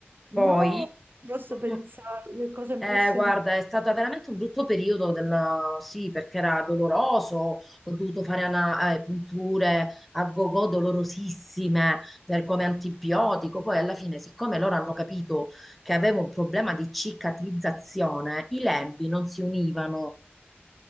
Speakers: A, on the right (about 55°); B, in the centre.
A: No,
B: Poi,
A: posso
B: mm,
A: pensare, che cosa impressionante.
B: eh, guarda, è stato veramente un brutto periodo della... sì, perché era doloroso, ho dovuto fare ana- eh, punture a gogo dolorosissime per come antibiotico. Poi alla fine, siccome loro hanno capito che avevo un problema di cicatrizzazione, i lembi non si univano,